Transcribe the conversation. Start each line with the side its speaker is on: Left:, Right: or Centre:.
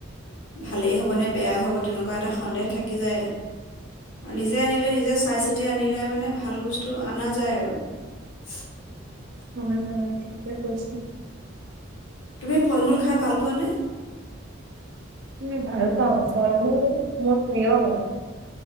Left: ভালেই হ'ব নে বেয়া হ'ব তেনেকুৱা এটা সন্দেহ থাকি যায় নিজে আনিলে নিজে চাই চিতি আনিলে মানে ভাল বস্তু অনা যায় আৰু। <inaudible>
Right: হয়, হয় ঠিকে কৈছে।
Left: তুমি ফল-মূল খাই ভাল পোৱা নে?
Right: উম, ভাল পাওঁ ফল মূল মোৰ প্ৰিয় হয়।